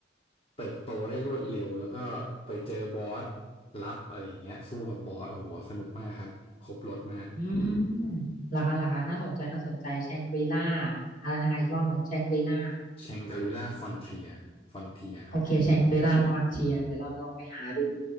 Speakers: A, on the left (about 30°); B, on the left (about 50°).
A: เติบโตได้รวดเร็วแล้วก็ไปเจอบอสลับอะไรอย่างเงี้ยสู้กับบอสโอ้โหสนุกมากครับครบรถมาก
B: อืมราคาราคาน่าสนใจ น่าสนใจแชงกรีล่าอะไรนะคะ อีกรอบหนึ่งแชงกรีล่า
A: แชงกรีล่าฟอนเทียฟอนเทียครับ
B: โอเคแชงกรีล่าฟอนเทียเดี๋ยวเราลองไปหาดู